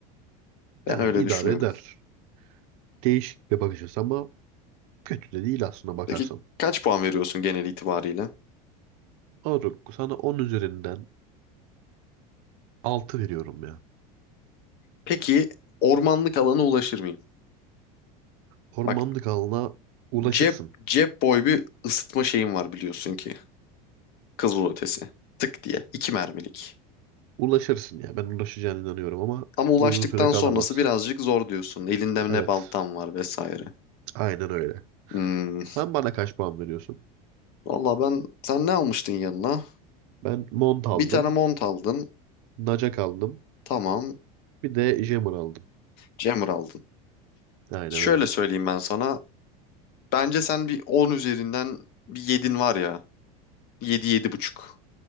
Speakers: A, on the left; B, on the right.
A: ben
B: Yani
A: öyle
B: idare
A: düşünüyorum.
B: eder. Değişik bir bakış açısı ama Kötü de değil aslında bakarsan.
A: Peki kaç puan veriyorsun genel itibariyle?
B: Moruk sana on üzerinden altı veriyorum ya.
A: Peki ormanlık alana ulaşır mıyım?
B: Ormanlık
A: Bak
B: alana ulaşırsın.
A: cep cep boy bir ısıtma şeyim var biliyorsun ki. Kızılötesi. Tık diye. iki mermilik.
B: Ulaşırsın ya. Ben ulaşacağına inanıyorum ama
A: Ama ulaştıktan
B: uzun süre kalamaz.
A: sonrası birazcık zor diyorsun. Elinde
B: Evet.
A: ne baltan var vesaire.
B: Aynen öyle.
A: Hmm.
B: Sen bana kaç puan veriyorsun?
A: Valla ben sen ne almıştın yanına?
B: Ben mont aldım.
A: Bir tane mont aldın.
B: Naca aldım.
A: Tamam.
B: Bir de jammer aldım.
A: Jammer aldın.
B: Aynen
A: Şöyle
B: öyle.
A: söyleyeyim ben sana. Bence sen bir 10 üzerinden bir yedin var ya. yedi yedi buçuk.